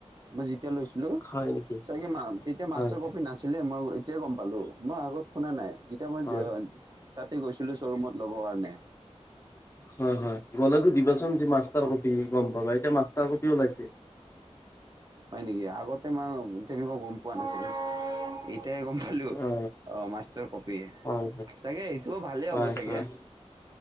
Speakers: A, on the right; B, on the left.
A: মই যি তেতিয়া লৈছিলো,
B: হয় নেকি
A: চাগে মা তেতিয়া মাষ্টাৰ
B: হয়
A: কপি নাছিলে, মই এতিয়াই গম পালো। মই আগত শুনা নাই, যেতিয়া মই
B: হয়
A: যে-আ তাতে গৈছিলো শ্ব'ৰুমত, ল'বৰ কাৰণে।
B: হয়-হয় গ'লে সুধিবাচোন যি মাষ্টাৰ
A: অ
B: কপি গম পাবা এতিয়া মাষ্টাৰ ক পিয় ওলাইছে।
A: হয় নেকি? আগতে মাও তেনেকুৱা গম পোৱা নাছিলো। এ তে গম পালো।
B: অ
A: অ মাষ্টাৰ কপি।
B: হয় হয়
A: চাগে এইটোও ভালেই হ'ব
B: হয়
A: চাগে।
B: হয়